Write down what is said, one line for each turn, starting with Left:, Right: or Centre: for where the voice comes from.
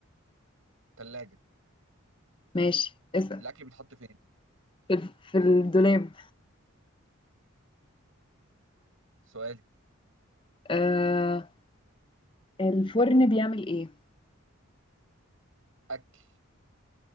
Right: ثلاجه
Left: ماشي اسأل
Right: الاكل بيتحط فين
Left: في في الدولاب
Right: سؤالي
Left: آه الفرن بيعمل ايه
Right: اكل